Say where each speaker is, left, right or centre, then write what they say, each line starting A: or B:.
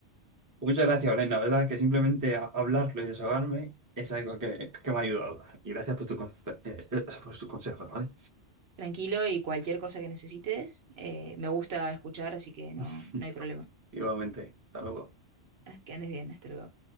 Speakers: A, on the right (about 20°); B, on the right (about 60°).
A: Muchas gracias, Belén. La verdad que simplemente a- hablarlo y desahogarme es algo que, que me ha ayudado. Y gracias por tu, conce- eh, eh, por tus consejos, ¿vale?
B: tranquilo y cualquier cosa que necesites, eh, me gusta escuchar, así que no,
A: <laughs>
B: no hay problema.
A: Igualmente. Hasta luego.
B: Ah, Que andes bien, hasta luego.